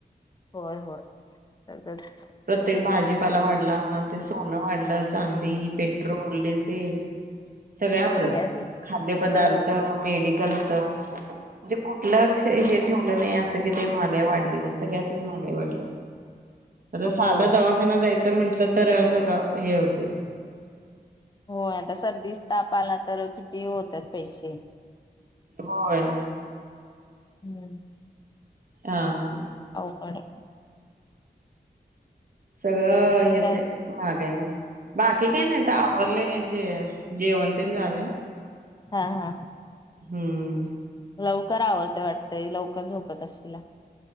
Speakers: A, on the left; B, on the right.
A: होय होय त्यात <unintelligible>
B: प्रत्येक भाजीत तपाला वाढला, ते सोनं वाढलं, चांदी, पेट्रोल, डिझेल, सगळ्यावरच,
A: सगळ्यातच
B: खाद्य पदार्थ,
A: होय हो.
B: आणि मेड. लक्च <unintelligible> म्हणजे कुठलचं हे ठेवलं नाही अस कि महागाई वाढली नाही, सगळ्यातच महागाई वाढली. आता साधा
A: होय
B: दवाखाना जायचं म्हंटलं तरसगळं हे होतय
A: होय, आता सर्दीच ताप आला तर.. ते होतात पैसे..
B: होय..
A: हम्म
B: आ हा.
A: पडा
B: सगळं. हेच
A: काय
B: आहे, महागाईमुळे बाकी काही नाही आता आवरले हे, जे जेवण त झाले.
A: हा.. हा..
B: हम्म
A: लवकर आवरते वाटते, लवकर झोपत असशीला